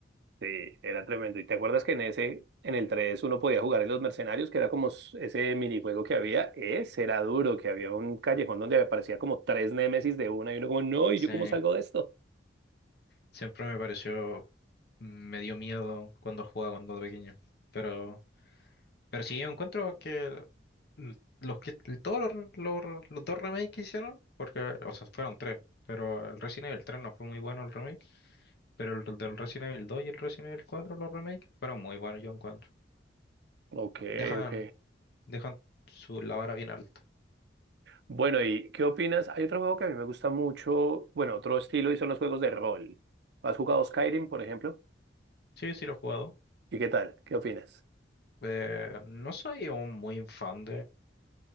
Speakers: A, on the right (about 60°); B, on the left (about 60°).
A: Sí, era tremendo. ¿Y te acuerdas que en ese, en el 3 uno podía jugar en los mercenarios, que era como s- ese minijuego que había? Ese era duro, que había un callejón donde aparecía como tres némesis de una y uno como, no, ¿y
B: Sí,
A: yo cómo salgo de esto?
B: siempre me pareció, mm, me dio miedo cuando jugaba cuando era pequeño. Pero, pero sí, yo encuentro que el- l- los que todos los, re- los re- los dos remakes que hicieron, porque, o sea, fueron tres, pero el Resident Evil 3 no fue muy bueno el remake, pero el re- del Resident Evil 2 y el Resident Evil 4, los remakes, fueron muy buenos, yo encuentro.
A: Ok,
B: Dejan,
A: ok.
B: dejan su, la vara bien alta.
A: Bueno, ¿y qué opinas? Hay otro juego que a mí me gusta mucho, bueno, otro estilo y son los juegos de rol. ¿Has jugado Skyrim, por ejemplo?
B: Sí, sí lo he jugado.
A: ¿Y qué tal? ¿Qué opinas?
B: Eh, no soy un muy fan